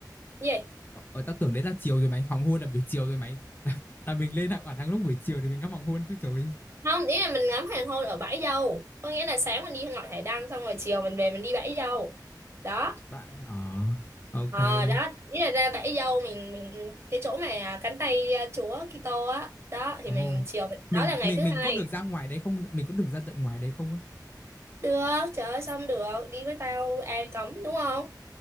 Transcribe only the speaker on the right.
gì
không ý là mình ngắm hoàng hôn ở bãi dâu có nghĩa là sáng mình đi ngọn hải đăng xong rồi chiều mình về mình đi bãi dâu đó
ờ đó ý là ra bãi dâu mình mình cái chỗ mà cánh tay ờ, chúa Kitô á đó thì
mình chiều mình
đó là ngày
thứ
hai
Được, trời ơi xong được, đi với tao ai cấm đúng không?